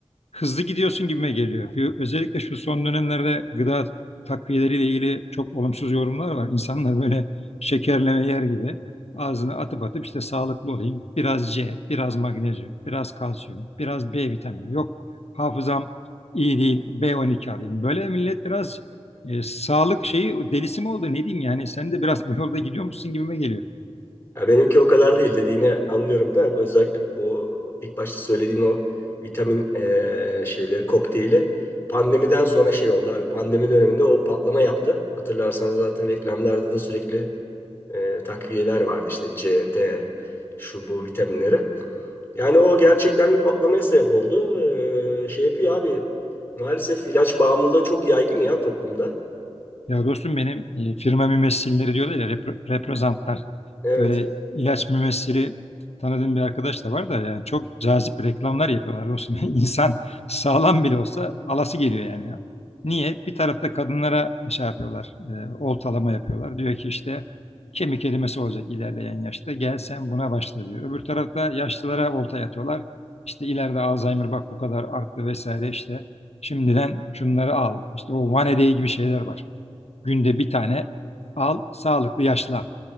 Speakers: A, on the left (about 75°); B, on the left (about 20°).
A: hızlı gidiyorsun gibime geliyor. Bir, özellikle şu son dönemlerde gıda takviyeleriyle ilgili çok olumsuz yorumlar var. İnsanlar böyle şekerleme yer gibi ağzına atıp atıp işte sağlıklı olayım. Biraz C, biraz magnezyum, biraz kalsiyum, biraz B vitamini. Yok hafızam iyi değil, B12 alayım. Böyle millet biraz e, sağlık şeyi delisi mi oldu ne diyeyim yani sen de biraz bu yolda gidiyormuşsun gibime geliyor.
B: Ya benimki o kadar değil dediğini anlıyorum da bu özellikle bu ilk başta söylediğin o vitamin eee, şeyleri kokteyli pandemiden sonra şey oldu abi. Pandemi döneminde o patlama yaptı. Hatırlarsanız zaten reklamlarda da sürekli eee, takviyeler vardı işte C, D şu bu vitaminleri. Yani o gerçekten bir patlamaya sebep oldu. Eee, şey yapıyor abi maalesef ilaç bağımlılığı çok yaygın ya toplumda.
A: Ya dostum benim e, firma mümessilleri diyorlar ya repre- reprezentler.
B: Evet.
A: Böyle ilaç mümessili tanıdığım bir arkadaş da var da yani çok cazip reklamlar yapıyorlar dostum. <laughs> İnsan sağlam bile olsa alası geliyor yani. Niye? Bir tarafta kadınlara şey yapıyorlar, e, oltalama yapıyorlar. Diyor ki işte kemik erimesi olacak ilerleyen yaşta gel sen buna başla diyor. Öbür tarafta yaşlılara olta yatıyorlar. İşte ileride Alzheimer bak bu kadar arttı vesaire işte. Şimdiden şunları al. İşte o vanedeyi gibi şeyler var. Günde bir tane al, sağlıklı yaşlan.